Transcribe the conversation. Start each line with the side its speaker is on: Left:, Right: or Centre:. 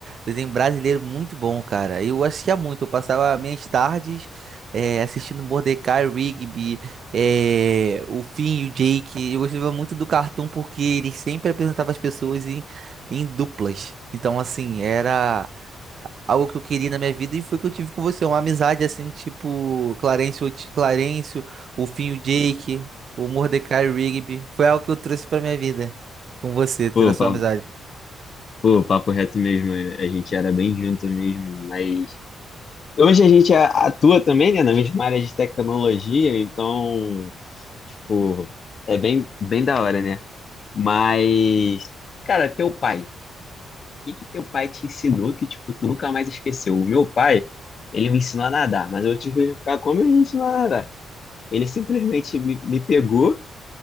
Right: Desenho brasileiro muito bom, cara. Eu assistia muito, eu passava minhas tardes eh, assistindo Mordecai, Rigby. É, o Finn e o Jake, eu gostava muito do cartoon porque ele sempre apresentava as pessoas em, em duplas. Então, assim, era algo que eu queria na minha vida e foi o que eu tive com você. Uma amizade, assim, tipo Clarence, o Ti- Clarence, o Finn e o Jake, o Mordecai e o Rigby. Foi algo que eu trouxe pra minha vida com você, tendo
Left: Pô,
Right: a sua
Left: papo,
Right: amizade.
Left: pô, papo reto mesmo, a gente era bem junto mesmo, mas hoje a gente a- atua também, né, na mesma área de tecnologia, então, tipo, é bem, bem da hora, né? Mas, cara, teu pai, o que que teu pai te ensinou que, tipo, tu nunca mais esqueceu? O meu pai, ele me ensinou a nadar, mas eu tive que ficar como ele me ensinou a nadar. Ele simplesmente me, me pegou